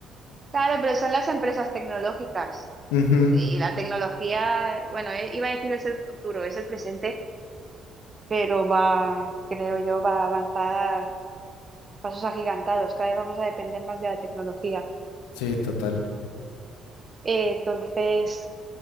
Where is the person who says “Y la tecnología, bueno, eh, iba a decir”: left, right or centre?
Right